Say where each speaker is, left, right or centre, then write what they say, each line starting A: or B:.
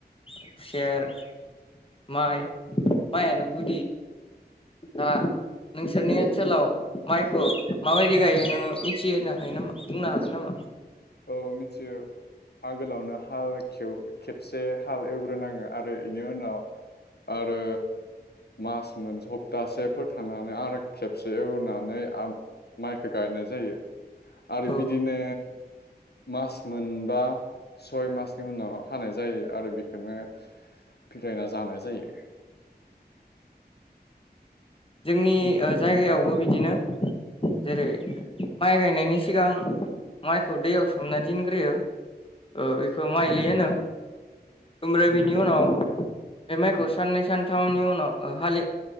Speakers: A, on the left; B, on the left.
A: खुसेर माइ माइआनो गुदि दा नोंसोरनि ओनसोलाव माइखौ माबायदि गायो नोङो मिथिहोनो हायो नामा बुंनो हागोन नामा?
B: औ मिथियो आगोलावनो हाल खेबसे हाल एवग्रोनाङो आरो इनि उनाव आरो मास मोनसे सप्तासेफोर थानानै आरो खेबसे एवनानै माइखौ गायनाय जायो। आरो
A: औ
B: बिदिनो। मास मोनबा सय मासनि उनाव हानाय जायो आरो बेखौनो फिलायना जानाय जायो।
A: जोंनि ओ जायगायावबो बिदिनो जेरै माइ गायनायनि सिगां माइखौ दैयाव सोमना दिनग्रोयो ओ बेखौ माइलि होनो। ओमफ्राय बिनि उनाव बे माइखौ साननै सानथामनि उनाव हाले